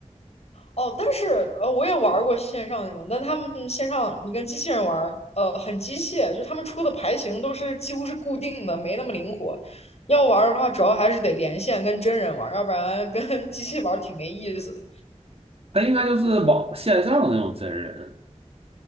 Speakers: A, on the left; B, on the right.
A: 哦，但是呃，我也玩儿过线上那种，但他们线上你跟机器人玩儿呃，很机械，就他们出的牌型都是几乎是固定的，没那么灵活。要玩儿的话，主要还是得连线跟真人玩儿要不然跟 <laughs> 机器玩儿挺没意思的。
B: 他应该就是网线上的那种真人，